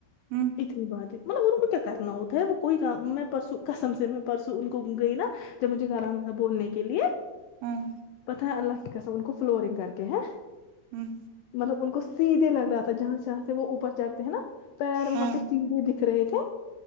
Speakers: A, on the right; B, on the left.
A: ہوں
B: اتنی بات ہے مطلب ان کو کیا کرنا ہوتا ہے وہ کوئی کا میں پرسوں کسم سے میں پرسوں ان کو گئی نا جب مجھے گھر آنا تھا بولنے کے لیے
A: ہوں
B: پتہ ہے اللہ کی قسم ان کو فلورنگ کر کے ہیں
A: ہم
B: مطلب ان کو سیدھے لگ رہا تھا جہاں سے جہاں سے وہ اوپر چڑھتے ہیں نا پیر وہاں
A: ہاں
B: پہ سیدھے دکھ رہے تھے